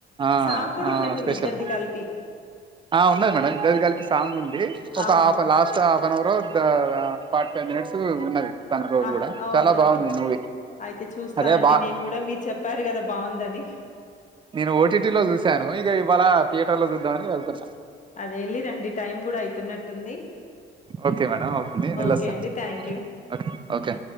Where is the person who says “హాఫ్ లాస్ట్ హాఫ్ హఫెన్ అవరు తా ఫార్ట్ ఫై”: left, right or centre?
Right